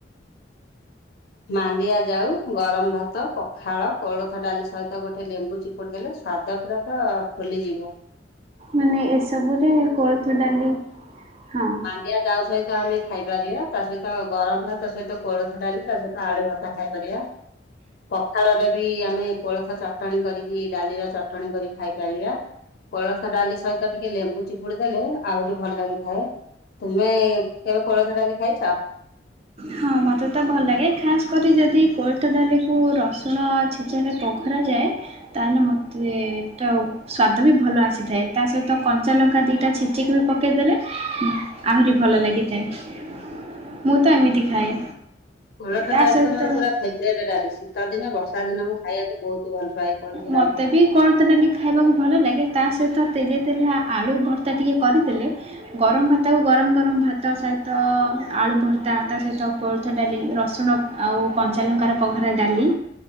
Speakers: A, on the left; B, on the right.
A: ମାଣ୍ଡିଆ ଜାଉ ଗରମ ଭାତ ପଖାଳ କୋଳଥ ଡାଲି ସହିତ ଗୋଟେ ଲେମ୍ବୁ ଚିପ ପୁଡ଼ି ଦେଲେ ସ୍ୱାଦ ପୁରା ତ ଭୁଲିଯିବ।
B: ମାନେ ଏସବୁରେ କୋଳଥ ଡାଲି ହଁ।
A: ଡିଆ ଜାଉ ସହିତ ଆମେ ଖାଇପାରିବା ତା ସହିତ ଗରମ ଭାତ ସହିତ କୋଳଥ ଡାଲି ତା ସ ଆଳୁ ଭର୍ତ୍ତା ଖାଇପାରିବା। ପଖାଳରେ ବି ଆମେ କୋଳଥ ଚଟଣି କରିକି ଡାଲିର ଚଟଣି କରିକି ଖାଇପାରିବା। କୋଳଥ ଡାଲି ସହିତ ଟିକେ ଲେମ୍ବୁ ଚିପୁଡ଼ି ଦେଲେ ଆହୁରି ଭଲ ଲାଗିଥାଏ। ତୁମେ କେବେ କୋଳଥ ଡାଲି ଖାଇଚ?
B: ହଁ ମତେ ତ ଭଲ ଲାଗେ ଖାସ୍ କରି ଯଦି କୋଳଥ ଡାଲିକୁ ରସୁଣ ଛେ ଚା ରେ ପଘରାଯାଏ ତାହେଲେ ମୋତେ ତ ସ୍ୱାଦ ବି ଭଲ ଆସିଥାଏ। ତା ସହିତ କଞ୍ଚାଲଙ୍କା ଦିଟା ଛେଚିକି ବି ପକେଇଦେଲେ ଆହୁରି ଭଲ ଲାଗିଥାଏ। ମୁଁ ତ ଏମିତି ଖାଏ।
A: କୋଳଥ
B: ତା
A: ଡାଲି
B: ସହିତ
A: ତ ମୋର ପୁରା ଫେବ୍ରେଟ ଡାଲି ଶୀତ ଦିନ ବର୍ଷା ଦିନ ମୁଁ ଖାଇବାକୁ ବହୁତ ଭଲ ପାଏ। କୋଳଥ
B: ମତେ
A: ଡାଲି।
B: ବି କୋଳଥ ଡାଲି ଖାଇବାକୁ ଭଲ ଲାଗେ ତା ସହିତ ତେଲିଆ ତେଲିଆ ଆଳୁ ଭର୍ତ୍ତା ଟିକେ କରିଦେଲେ ଗରମ ଭାତ ଆଉ ଗରମ ଗରମ ଭାତ ସହିତ ଆଳୁ ଭର୍ତା ତା ସହିତ କୋଳ ଥ ଡାଲି ରସୁଣ ଆଉ କଞ୍ଚାଲଙ୍କାର ପଘରା ଡାଲି।